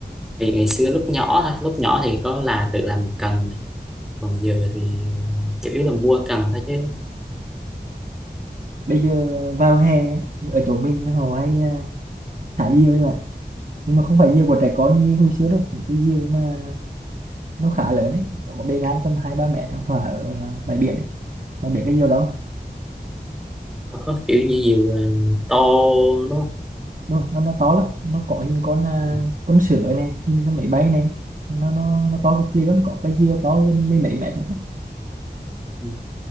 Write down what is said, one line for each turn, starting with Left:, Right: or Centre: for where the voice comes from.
Centre: thì ngày xưa lúc nhỏ thôi lúc nhỏ thì có là tự làm cần này. còn giờ thì chủ yếu là mua cần thôi chứ
Right: bây giờ vào hè ở chỗ mình họ hay à, thả diều đấy bạn nhưng mà không phải diều của trẻ con như hồi xưa đâu những cái diều mà nó khá lớn đấy có bề ngang tầm hai ba mét nó thả ở à, bãi biển ấy. bạn biết cái diều đó
Centre: có, có kiểu như nhiều ờ, to đúng không
Right: rồi nó nó to lắm nó có hình con à,
Centre: Ừ,
Right: con sửa này hình con máy bay này nó nó nó to cực kỳ luôn có cái diều to hơn mấy mấy mét nữa cơ.
Centre: ừ.